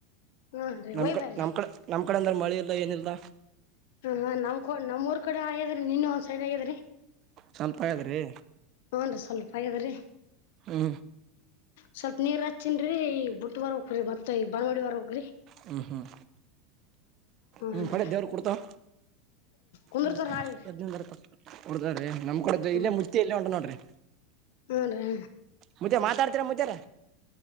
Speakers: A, on the left; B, on the right.
A: ಹ್ನ್ ರೀ
B: ನಮ್
A: ಒಯ್ ಬ್ಯಾರ್ರಿ
B: ನಮ್ ಕಡೆ ನಮ ಕ ಕಡೆ ಅಂದ್ರೆ ಮಳಿ ಇಲ್ಲ ಏನಿಲ್ಲ
A: ಹ ನಮ್ಕ ನಮ್ ಊರ್ ಕಡೆ ಆಗ್ಯಾದ್ರಿ ನೀನ್ ಒಂದ್ ಸೈಡ್ ಆಗ್ಯದ್ರಿ
B: ಸ್ವಲ್ಪ ಆದ್ರಿ
A: ಹೂನ್ ರೀ ಸ್ವಲ್ಪ ಆಗ್ಯದ್ರಿ
B: ಹ್ಮ
A: ಸ್ವಲ್ಪ ನೀರ್ ಹಚ್ಚನ್ರಿ ಬುಟ್ಟ ಬರಕ್ರರೋ ಮತ್ತತ್ ಈ ಬನ್ವಾಡಿ ಬರ್ಗ್ರಿ
B: ಹ್ಮ್ ಹ್ಮ್
A: ಹೂನ್
B: ಹ್ಮ್ ಒಳೆ
A: ರೀ
B: ದೇವ್ರ ಕೊಡ್ತಾವ
A: ಕುಂದರ್ತಾರ
B: ಇಲ್ಲ
A: ನಾಳಿಗ್
B: ಎನ ಬರ್ತ ಹೊಡ್ದ್ರೆ <unintelligible> ನಮ್ ಕೂಡ
A: ಹ್ಮ
B: ಇಲ್ಲೇ ಮುದೆ ಇಲ್ಲ ಉಂಟು ನೋಡ್ರಿ
A: ಹೂನ್ ರೀ
B: ಮು್ದೆ ಮಾತ್ರ ಮಾತಾಡ್ತರ ಮುಜರ